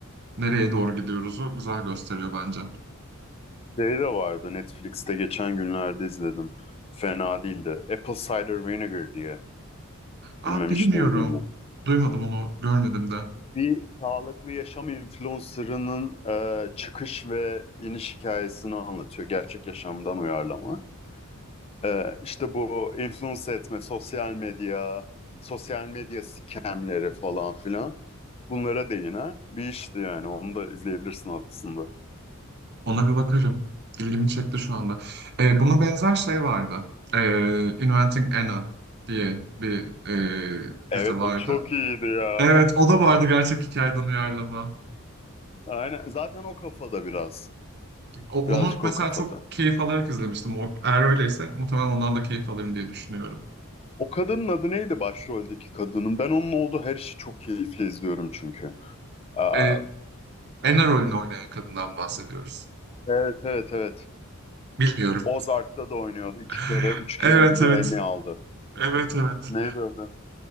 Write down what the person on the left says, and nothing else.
Şey de vardı Netflix'te geçen günlerde izledim. Fena değildi. Apple Cider Vinegar diye.
Bilmem
hiç duydun mu?
Bir sağlıklı yaşam influencer'ının e, çıkış ve iniş hikayesini anlatıyor. Gerçek yaşamdan uyarlama. E, işte bu influence etme, sosyal medya, sosyal medya scamleri falan filan. Bunlara değinen bir işti yani. Onu da izleyebilirsin aslında.
Evet
o çok iyiydi ya.
Aynen. Zaten o kafada biraz.
Birazcık
o kafada.
O kadının adı neydi başroldeki kadının? Ben onun olduğu her işi çok keyifli izliyorum çünkü. Aa,
Evet evet evet.
Ozark'ta da oynuyordu. İki
kere, üç kere
mi ne
Emmy aldı.
Neydi adı?